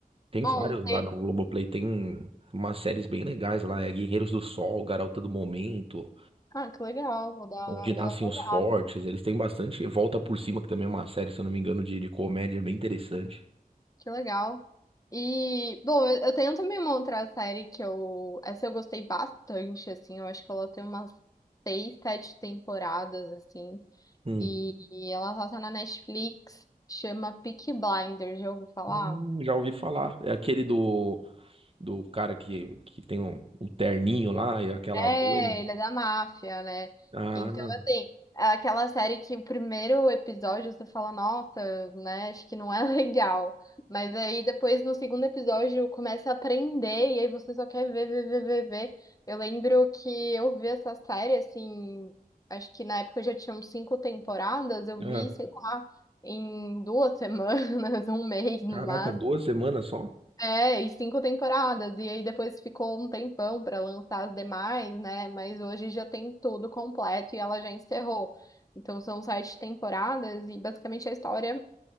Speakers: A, on the right; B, on the left.
A: Tem
B: bom,
A: vários
B: tem...
A: lá no Globoplay. Tem umas séries bem legais lá. É Guerreiros do Sol, Garota do Momento,
B: ah, que legal, vou dar,
A: Onde Nascem
B: vou dar uma
A: os Fortes.
B: olhada.
A: Eles têm bastante. Volta por Cima, que também é uma série, se eu não me engano, de, de comédia bem interessante.
B: Que legal. E, bom, eu eu tenho também uma outra série que eu. Essa eu gostei bastante, assim. Eu acho que ela tem umas seis, sete temporadas, assim.
A: Hum.
B: E ela solta na Netflix, chama Peaky Blinders, já ouviu falar?
A: Hum, já ouvi falar. É aquele do, do cara que, que tem um, um terninho lá e aquela
B: É,
A: boina.
B: ele é da máfia, né?
A: Ah,
B: Então, assim, é aquela série que o primeiro episódio você fala, nossa, né, acho que não é <laughs> legal. Mas aí depois no segundo episódio começa a aprender e aí você só quer ver, ver, ver, ver, ver. Eu lembro que eu vi essa série, assim, acho que na época já tinham cinco temporadas, eu
A: ah,
B: vi, sei lá, em duas semanas, <laughs> um mês no
A: caraca,
B: máximo.
A: duas semanas só?
B: É, e cinco temporadas. E aí depois ficou um tempão para lançar as demais, né? Mas hoje já tem tudo completo e ela já encerrou. Então são sete temporadas e basicamente a história